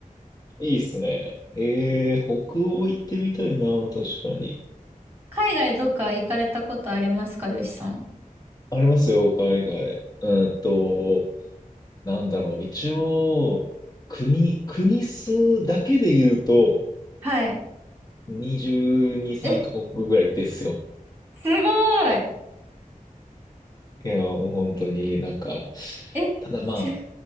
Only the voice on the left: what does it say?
いいっすね。ええ北欧行ってみたいな、確かに。
ありますよ、海外。うんと、なんだろう、一応、国、国数だけで言うと、
22、3カ国ぐらいですよ。
いや、もう本当になんか、
ただま